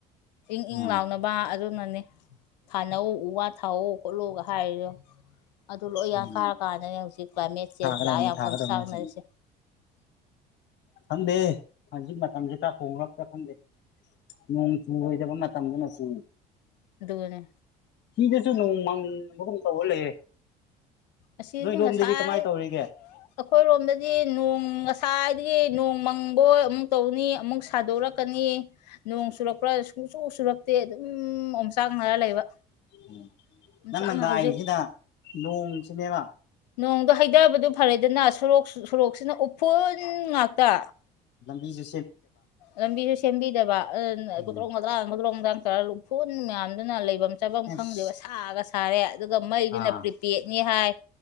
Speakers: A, on the left; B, on the left.
A: ꯏꯪ ꯏꯪ
B: ꯑꯥ
A: ꯂꯥꯛꯅꯕ ꯕꯥ ꯑꯗꯨꯅꯅꯦ ꯊꯥꯅꯧ ꯎ ꯋꯥ ꯊꯥꯍꯧ ꯈꯣꯠꯂꯨꯒ ꯍꯥꯏꯔꯤꯗꯣ ꯑꯗꯨ ꯂꯣꯏ ꯌꯥꯡꯈꯥꯔ
B: ꯎꯝ
A: ꯀꯥꯟꯗꯅꯦ ꯍꯧꯖꯤꯛ ꯀ꯭ꯂꯥꯏꯃꯦꯠ ꯆꯦꯟꯖ
B: ꯊꯥꯒꯗꯕꯅꯦ
A: ꯂꯥꯛꯑꯒ ꯌꯥꯝ
B: ꯊꯥꯒꯗꯕꯅꯦ
A: ꯀ ꯁꯥꯛꯅꯔꯤꯁꯦ
B: ꯆꯨꯝꯃꯦ ꯈꯪꯗꯦ ꯍꯧꯖꯤꯛ ꯃꯇꯝꯁꯤ ꯀꯥꯍꯣꯡꯛꯇ ꯈꯪꯗꯦ ꯅꯣꯡ ꯆꯨꯔꯣꯏꯗꯕ ꯇꯝꯗꯨꯅꯁꯨ
A: ꯑꯗꯨꯒꯅꯦ
B: ꯁꯤꯗꯁꯨ ꯅꯣꯡꯃꯪꯕꯒꯨꯝ ꯇꯧꯔ ꯂꯩꯌꯦ
A: ꯑꯁꯤꯁꯦ
B: ꯅꯣꯏꯔꯣꯝꯗꯗꯤ
A: ꯉꯁꯥꯏ
B: ꯀꯃꯥꯏꯅ ꯇꯧꯔꯤꯒꯦ
A: ꯑꯩꯈꯣꯏꯔꯣꯝꯗꯗꯤ ꯅꯣꯡ ꯉꯁꯥꯏꯗꯒꯤ ꯅꯣꯡ ꯃꯪꯕꯣꯏ ꯑꯃꯨꯛ ꯇꯧꯅꯤ ꯑꯃꯨꯛ ꯁꯥꯗꯣꯔꯛꯀꯅꯤ ꯅꯣꯡ ꯆꯨꯔꯛꯄ꯭ꯔꯥ ꯁꯨꯡꯆꯣꯛ ꯁꯨꯔꯛꯇꯦ ꯑꯗꯨꯝ ꯑꯣꯝꯆꯥꯛꯅꯔ ꯂꯩꯕ
B: ꯎꯝ
A: ꯑꯣꯝꯆꯥꯛꯅ
B: ꯅꯪꯅ ꯉꯏꯁꯤꯅ
A: ꯍꯧꯖꯤꯛ
B: ꯅꯣꯡꯁꯤꯅꯦꯕ
A: ꯅꯣꯡꯗꯣ ꯍꯩꯊꯕꯗꯨ ꯐꯔꯦꯗꯅꯣꯔꯣꯛ ꯁꯣꯔꯣꯛꯁꯤꯅ ꯎꯐꯨꯜ ꯉꯥꯛꯇ
B: ꯂ ꯂꯝꯕꯤꯁꯤꯦ
A: ꯂꯝꯕꯤꯁꯨ ꯁꯦꯝꯕꯤꯗꯕꯇ꯭ꯔ
B: ꯎꯝ
A: ꯍꯥꯡꯒꯗ꯭ꯔ ꯅꯨꯡꯗꯥꯡ ꯆꯥꯔꯒ ꯎꯐꯨꯟ ꯃꯌꯥꯝꯗꯨꯅ ꯂꯩꯐꯝ ꯆꯥꯐꯝ
B: ꯑꯁ
A: ꯈꯪꯗꯦꯕ ꯁꯥꯒ ꯊꯥꯔꯦ ꯑꯗꯨꯒ ꯃꯩꯗꯨꯅ
B: ꯑꯥ
A: ꯄ꯭ꯔꯤꯄꯦꯗꯅꯤ ꯍꯥꯏ